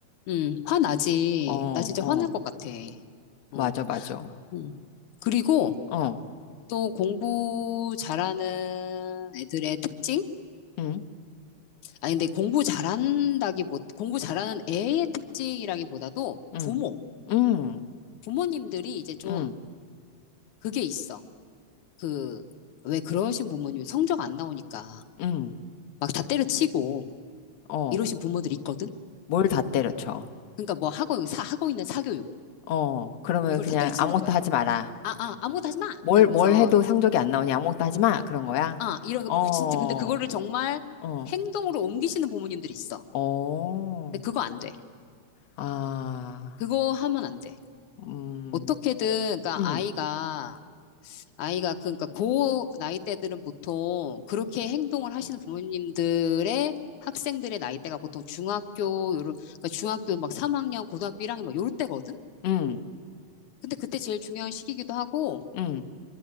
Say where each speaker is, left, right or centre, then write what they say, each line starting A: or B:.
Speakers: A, on the left; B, on the left.
A: 응, 화나지.
B: 어,
A: 나 진짜
B: 어,
A: 화날 것 같아. 어,
B: 맞아, 맞아.
A: 응. 그리고
B: 어,
A: 또 공부 잘하는 애들의 특징?
B: 응,
A: 아니, 근데 공부 잘한다기, 보 공부 잘하는 애의 특징이라기보다도
B: 응,
A: 부모,
B: 응,
A: 부모님들이 이제 좀
B: 응,
A: 그게 있어. 그, 왜 그러신 부모님 성적 안 나오니까
B: 응,
A: 막 다 때려치고
B: 어,
A: 이러신 부모들이 있거든?
B: 뭘 다 때려쳐.
A: 그러니까 뭐 하고, 사, 하고 있는 사교육,
B: 어, 그러면
A: 이걸
B: 그냥
A: 다 때려치는
B: 아무것도
A: 거야.
B: 하지 마라.
A: 아, 아, 아무것도 하지 마!
B: 뭘,
A: 막 이러면서,
B: 뭘 해도 상적이 안 나오니 아무것도 하지 마. 그런 거야?
A: 아, 이런,
B: 어,
A: 진짜, 근데 그거를 정말
B: 어,
A: 행동으로 옮기시는 부모님들이 있어.
B: 어,
A: 근데 그거 안 돼.
B: 아,
A: 그거 하면 안 돼.
B: 음,
A: 어떻게든, 그러니까
B: 음,
A: 아이가 아이가 그러니까 고 나이대들은 보통 그렇게 행동을 하시는 부모님들의 학생들의 나이대가 보통 중학교 요런 그러니까 중학교 막 3학년, 고등학교 1학년 막 요럴 때거든.
B: 음,
A: 근데 그때 제일 중요한 시기이기도 하고
B: 음,